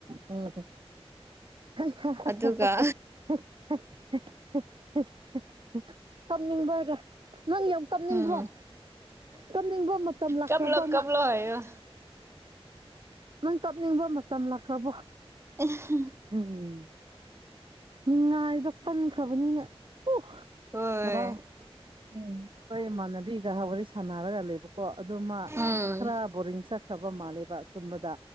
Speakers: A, on the right; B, on the right.
A: ꯎꯝ <unintelligible>
B: ꯑꯗꯨꯒ
A: ꯀꯞꯅꯤꯡꯕꯩꯔ ꯅꯪ ꯌꯥꯝ ꯀꯞꯅꯤꯡꯕ꯭ꯔꯣ?
B: ꯎꯝ
A: ꯇꯝꯅꯤꯡꯕ ꯃꯇꯝ ꯂꯥꯛꯈ꯭ꯔꯕꯃꯥ?
B: ꯀꯞꯂꯣ ꯀꯞꯂꯣ ꯍꯥꯏꯌꯣ
A: ꯅꯪ ꯀꯞꯅꯤꯡꯕ ꯃꯇꯝ ꯂꯥꯛꯈ꯭ꯔꯕꯣ?
B: <unintelligible>
A: ꯎꯝ ꯅꯨꯡꯉꯥꯏꯗꯣ ꯄꯟꯈ꯭ꯔꯕꯅꯤꯅ ꯎ
B: ꯍꯣꯏ
A: ꯉꯔꯥꯡ ꯎꯝ ꯑꯈꯣꯏ ꯏꯃꯥꯟꯅꯕꯤꯒ ꯋꯥꯔꯤ ꯁꯥꯟꯅꯔꯒ ꯂꯩꯕ ꯀꯣ ꯑꯗꯨꯃ
B: ꯎꯝ
A: ꯈꯔ ꯕꯣꯔꯤꯡ ꯆꯠꯈ꯭ꯔꯕ ꯃꯥꯜꯂꯦꯕ ꯇꯨꯝꯕꯗ꯫